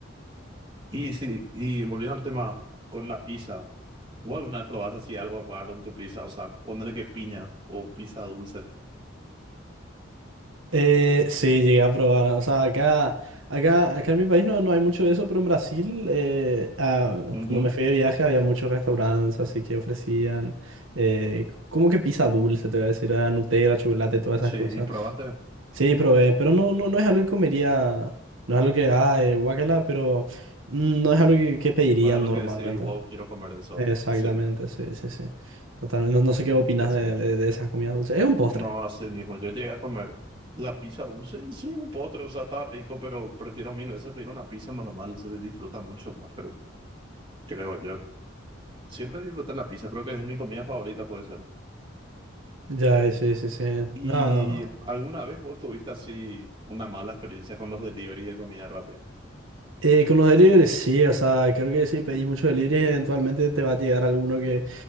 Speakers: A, on the right (about 25°); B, on the right (about 80°).
A: Y sí, y volviendo al tema con la pizza, ¿o alguna vez probaste así algo raro en tu pizza? O sea, ponerle que piña o pizza dulce.
B: Eh, sí, llegué a probar. O sea, acá, acá, acá en mi país no, no hay mucho de eso, pero en Brasil, eh, ah,
A: Ujú.
B: cuando me fui de viaje había muchos restaurantes así que ofrecían eh, como que pizza dulce, te voy a decir, ah, Nutella, chocolate, todas
A: Sí,
B: esas cosas.
A: y probaste.
B: Sí, probé, pero no, no, no es algo que comería, no es algo que, ah, eh, guácala, pero mm, no es algo que, que pedirían
A: más es algo
B: normalmente.
A: que decir, wow, quiero comer eso.
B: Exactamente,
A: Sí,
B: sí, sí, sí. Totalmente. No, no sé qué opinas
A: sí,
B: de, de,
A: sí.
B: de esas comidas dulces. Es un postre.
A: No, así mismo. Yo llegué a comer la pizza dulce y sí, un postre, o sea, estaba rico, pero prefiero mil veces pedir una pizza normal, se disfruta mucho más, pero creo yo. Siempre disfruté la pizza, creo que es mi comida favorita, pues.
B: Ya, eh, sí, sí, sí.
A: ¿Y
B: No.
A: alguna vez vos tuviste así una mala experiencia con los delivery de comida rápida?
B: Eh, con los deliveries, sí, o sea, creo que si pedís muchos deliveries, eventualmente te va a llegar alguno que